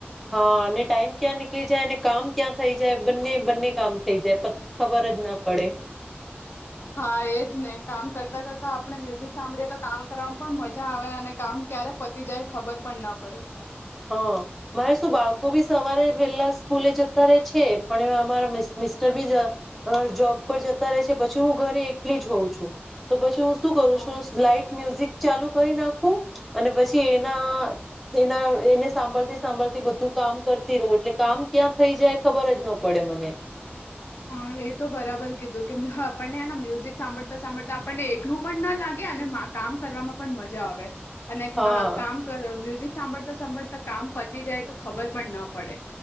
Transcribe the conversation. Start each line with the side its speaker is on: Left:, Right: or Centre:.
Centre: હા ને ટાઈમ ક્યાં નીકળી જાય અને કામ ક્યાં થઈ જાય. બંને બંને કામ થઈ જાય ખબર જ ન પડે.
Left: હા એજ ને કામ કરતા કરતા આપણે મ્યુઝિક સાંભળીએ તો કામ કરવામાં પણ મજા આવે. અને કામ ક્યારે પતી જાય ખબર પણ ન પડે.
Centre: હહ મારે શું બાળકો બી સવારે વેલા સ્કૂલે જતા રે છે. પણ અમારા મી મિસ્ટર બી અ જોબ પર જતા રે છે. પછી હું ઘરે એકલી જ હોઉં છું. તો પછી હું શું કરું
Left: હ
Centre: છું લાઇટ મ્યુઝિક ચાલુ કરી નાખું અને પછી એના એના એને સાંભળતી સાંભળતી બધું કામ કરતી રહું એટલે કામ ક્યાં થઈ જાય ખબર જ ન પડે મને
Left: હા એ તો બરાબર કીધું કે આપણને મ્યુઝિક સાંભળતા સાંભળતા આપણને એકલું પણ ન લાગે અને કામ કરવામાં પણ મજા આવે. અને એક
Centre: હા
Left: કામ કર મ્યુઝિક સાંભળતા સાંભળતા કામ પતી જાય તો ખબર પણ ન પડે.